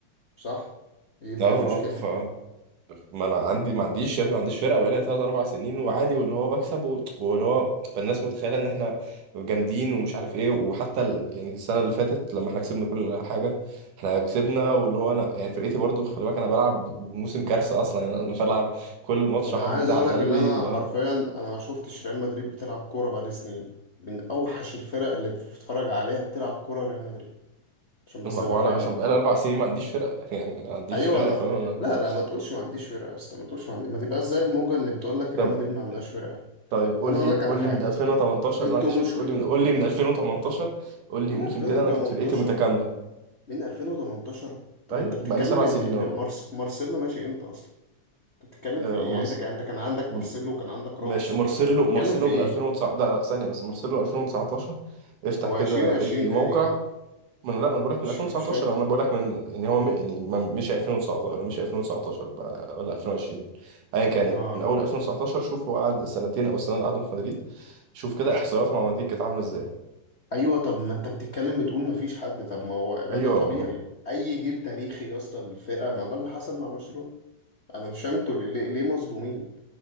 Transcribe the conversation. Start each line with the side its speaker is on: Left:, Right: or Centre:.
Left: صح ايه بقى
Right: اه
Left: المشكلة
Right: اه ف ما انا عندي ما عنديش يعني ما عنديش فرقه بقالي ثلاث اربع سنين وعادي واللي هو بكسب و- واللي هو فالناس متخيله ان احنا جامدين ومش عارف ايه وحتى ال... يعني السنه اللي فاتت لما احنا كسبنا كل حاجه احنا كسبنا واللي هو انا يعني فرقتي برضو خلي بالك انا بلعب موسم كارثه اصلا يعني انا بلعب كل ماتش
Left: انا
Right: حاطط
Left: عايز
Right: ايدي
Left: اقول
Right: على
Left: لك
Right: قلبي
Left: ان انا
Right: اللي
Left: حرفيا
Right: هو
Left: انا ما شفتش ريال مدريد بتلعب كورة بقالي سنين من اوحش الفرق اللي بتتفرج عليها بتلعب كورة ريال مدريد عشان بس
Right: ما
Left: تبقى
Right: هو
Left: فاهم
Right: انا عشان بقالي اربع سنين ما عنديش فرقه <laughs> يعني ما عنديش
Left: ايوه
Right: فرقه
Left: انا
Right: فاهم
Left: ف... لا
Right: أنا-
Left: لا ما تقولش ما عنديش ورقة يا اسطى ما تقولش ما عندي ما تبقاش زي الموجة اللي بتقول لك ريال
Right: طب
Left: مدريد ما عندهاش ورقة
Right: طيب قول
Left: انا اقول
Right: لي
Left: لك
Right: قول
Left: على حاجة
Right: لي من 2018
Left: انتوا
Right: معلش
Left: مشكلة
Right: بس قول لي من قول لي من 2018 قول لي
Left: من
Right: موسم
Left: 2018
Right: كده انا كانت فرقتي متكامله
Left: من 2018 طب
Right: ايوه
Left: انت بتتكلم
Right: بقى لي سبع
Left: ان
Right: سنين
Left: ان
Right: اهو
Left: مارس... مارسيلو ماشي امتى اصلا انت بتتكلم
Right: آه،
Left: في ايه
Right: مرس...
Left: يعني انت كان انت كان عندك
Right: م-
Left: مارسيلو وكان عندك
Right: ماشي
Left: راموس
Right: مارسيلو
Left: وكان ع- انت
Right: مارسيلو
Left: بتتكلم في
Right: من
Left: ايه
Right: 2009 لا لا ثانية بس مارسيلو 2019 افتح
Left: او
Right: كده
Left: 2020
Right: اي
Left: تقريبا
Right: موقع من لا انا بقول لك
Left: مش
Right: من 2019
Left: مش فاكر
Right: انا بقول لك من يعني هو م... يعني ما- مش 2019 مش 2019 بقى ولا 2020 ايا كان يعني
Left: اه
Right: من اول 2019 شوف هو قعد سنتين او السنة اللي قعدهم في مدريد شوف كده احصائياته مع مدريد كانت عاملة ازاي
Left: ايوه طب ما انت بتتكلم بتقول مفيش حد طب ما هو يبقى
Right: ايوه
Left: ده طبيعي
Right: ما-
Left: اي جيل تاريخي يا اسطى الفرقه ما ده اللي حصل مع برشلونه انا مش فاهم انتوا ليه ليه ليه مصدومين